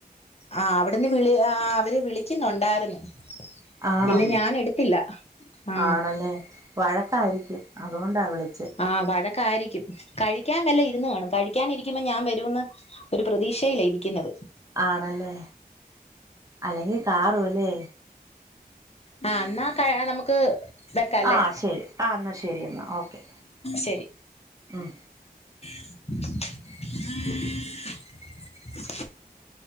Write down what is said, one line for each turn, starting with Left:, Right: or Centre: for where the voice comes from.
Left: ആ അവിടുന്ന് വിളി ആ അവര് വിളി ക്കുന്നുണ്ടായിരുന്നു
Right: ആണോ
Left: പിന്നെ ഞാൻ എടുത്തില്ല ആ
Right: ആണല്ലേ വഴക്കായിരിക്കും അതുകൊണ്ടാ വിളി
Left: ആ വഴ ക്കായിരിക്കും കഴിക്കാൻ വല്ല ഇരുന്നു കാണും കഴി ക്കാനിരിക്കുമ്പോ ഞാൻ വരൂന്ന് ഒരു പ്രതീക്ഷയിലാ ഇരിക്കുന്നെ
Right: ആണല്ലേ അല്ലെങ്കി കാറൂല്ലേ
Left: ആ എന്നാ ക നമുക്ക് വെക്കാല്ലേ
Right: ആ ശരി ആ എന്നാ ശരി എന്നാ ഓക്കെ
Left: ശരി
Right: ഉം
Left: <inaudible>